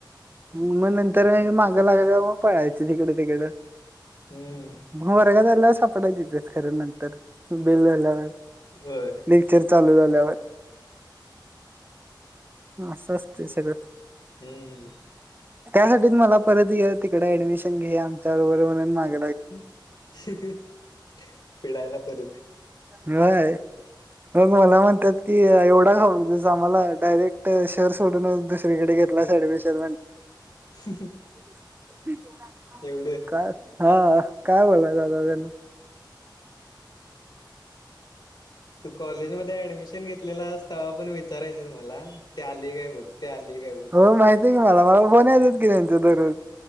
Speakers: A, on the right (about 25°); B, on the left (about 65°).
A: मग नंतर मागं लागल्यावर मग पळायच जिकडं तिकडं
B: हम्म
A: <inaudible> मग वरग झाला सा पडायचीेतेच खऱ्या नंतर बेल झाल्यावर <inaudible>
B: होय
A: लेक्चर चालू झाल्या अ <inaudible> हा अस असत्य सगळं
B: हम्म
A: त्यासाठी मला परत तिकड ऍडमिशन घे आमच्या बरोबर म्हणून माग
B: <unintelligible> पिडायला परत
A: हय मग मला म्हणतात कि एवढा खाऊ आम्हाला डायरेक्ट शर सोडून दुसरीकडे घेतलास एडमीशन
B: शिश
A: <inaudible>
B: एवड
A: काय हा काय बोलाय दादा त्यांन <inaudible>
B: तू कॉलेजमध्येध्ये ऍडमिशन घेतलेला तवापन विचारायच. तुम्हाला ते आली काय बघ ते आली काय बघ.
A: हो माहिती मला मला फोन येत की त्यांचा दररोज.